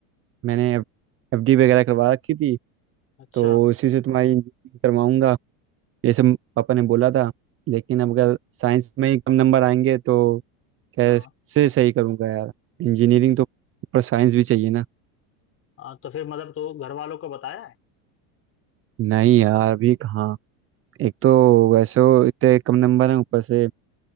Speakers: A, on the right; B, on the left.
A: मैंने एफ डी वगैरह करवा रखी थी
B: अच्छा
A: तो उसी से तुम्हारी इंजीनियरिंग करवाऊंगा ये सब पापा ने बोला था लेकिन अब अगर साइंस में ही कम नंबर आएंगे तो कैसे
B: हाँ
A: सही करूँगा यार इंजीनियरिंग तो पर साइंस भी चाहिए ना
B: हाँ, तो फिर मतलब तो घर वालों को बताया है
A: नहीं यार अभी कहाँ एक तो वैसे वो इतने कम नंबर हैं ऊपर से